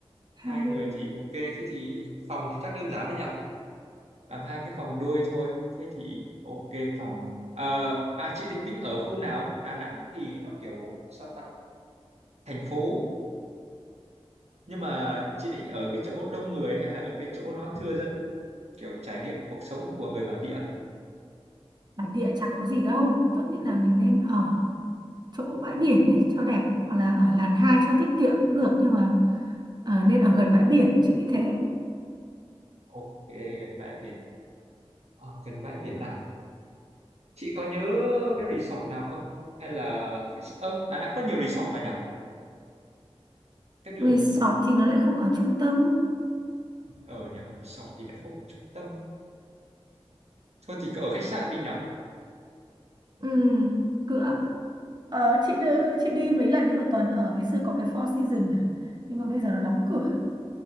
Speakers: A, on the right; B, on the right.
A: hai
B: hai
A: đi.
B: người thì ok thế thì phòng thì chắc đơn giản đấy nhỉ làm hai cái phòng đôi thôi thế thì ok phòng Ờ, à chị thì tính ở khu nào Đà Nẵng thì nó kiểu sao ta thành phố nhưng mà chị định ở cái chỗ đông người hay là ở cái chỗ nó thưa dân kiểu trải nghiệm cuộc sống của người bản địa
A: Bản địa chả có gì đâu. Tốt nhất là mình nên ở. chỗ bãi biển ý, cho đẹp hoặc là ở làn 2 cho tiết kiệm cũng được nhưng mà ờ, nên ở gần bãi biển chị nghĩ thế
B: ok gần bãi biển Ờ, gần bãi biển à chị có nhớ cái resort nào không hay là khách s- ơ Đà Nẵng có nhiều resort mà nhỉ cái đường
A: resort thì nó lại không ở trung tâm
B: ở nhỉ resort thì lại không ở trung tâm thôi thì cứ ở khách sạn đi nhỉ
A: ừ, cửa ờ, chị đưa chị đi mấy lần nhưng mà toàn ở ngày xưa có cái Four Seasons à. nhưng mà bây giờ nó đóng cửa